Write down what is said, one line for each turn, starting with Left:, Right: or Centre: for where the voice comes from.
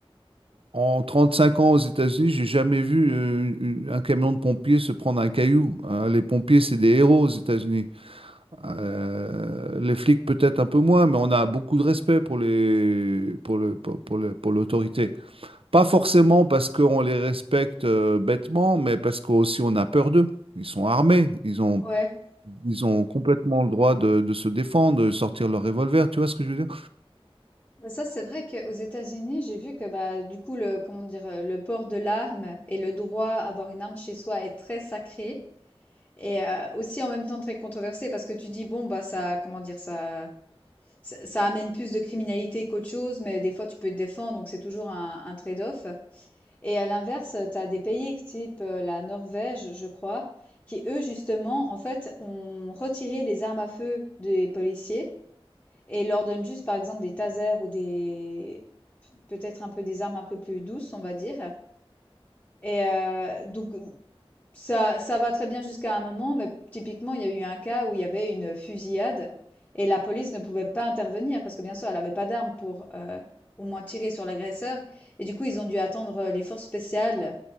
Right: en 35 ans aux États-Unis, j'ai jamais vu euh, une- un camion de pompiers se prendre un caillou. hein. les pompiers, c'est des héros aux États-Unis. Euh, les flics, peut-être un peu moins, mais on a beaucoup de respect pour les, pour le, pour, pour le- pour l'autorité. Pas forcément parce qu'on les respecte euh, bêtement, mais parce qu'aussi on a peur d'eux. Ils sont armés, ils ont,
Left: Ouais. Ouais.
Right: ils ont complètement le droit de, de se défendre, de sortir leur revolver. Tu vois ce que je veux dire?
Left: Bah, ça, c'est vrai qu'aux États-Unis, j'ai vu que bah du coup le comment dire, heu, le port de l'arme et le droit à avoir une arme chez soi est très sacré et heu, aussi en même temps très controversé parce que tu dis: «Bon bah ça comment dire? Ça ça ça amène plus de criminalité qu'autre chose, mais des fois tu peux te défendre donc c'est toujours un un trade-off» et à l'inverse, tu as des pays type, heu, la Norvège, je crois, qui eux justement en fait ont retiré les armes à feu des policiers et leur donne juste, par exemple, des tasers ou des peut-être un peu des armes un peu plus douces, on va dire et heu, donc ça ça va très bien jusqu'à un moment, mais typiquement, il y a eu un cas où il y avait une fusillade et la police ne pouvait pas intervenir parce que, bien sûr, elle avait pas d'armes pour, heu, au moins tirer sur l'agresseur et du coup, ils ont dû attendre, heu, les forces spéciales